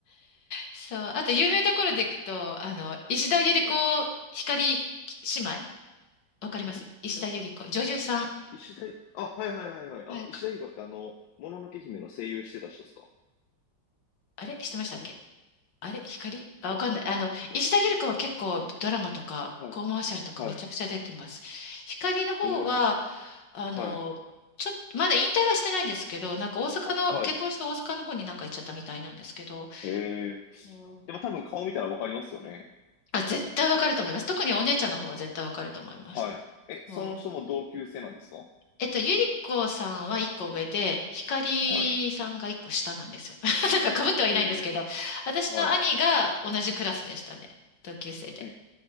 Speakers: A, on the left; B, on the left.
A: そう。あと、有名どころで行くと、あの、石田ゆり子、
B: い。
A: 光姉妹わかります石田ゆり子。
B: え、誰だ
A: 女優さん。
B: 石田い、あ、はいはいはいはい。あ、
A: はい。
B: 石田ゆり子ってあの、もののけ姫の声優してた人ですか
A: あれしてましたっけ
B: あれ
A: あれ光あ、わかんない。
B: わ、わか、
A: あの、
B: わ
A: 石田ゆり子は結構ドラマとかコマーシャルとかめちゃくちゃ出てます。
B: はい、はい、
A: 光の方は、
B: えー、
A: あの、
B: はい、
A: ちょっと、まだ引退はしてないんですけど、なんか大阪の、
B: はい、
A: 結婚して大阪の方になんか行っちゃったみたいなんですけど、
B: えー。
A: そう
B: でも多分顔見たらわかりますよね。
A: あ、絶対わかると思います。特にお姉ちゃんの方は絶対わかると思います。
B: はい。え、
A: そう。
B: その人も同級生なんですか
A: えっと、ゆり子さんは一個上で、光さんが一個下なんですよ。
B: は
A: <laughs> なんか被ってはいないんですけど、
B: い、えー、
A: 私の兄が同じクラスでしたね。
B: はい。
A: 同級生で。
B: え、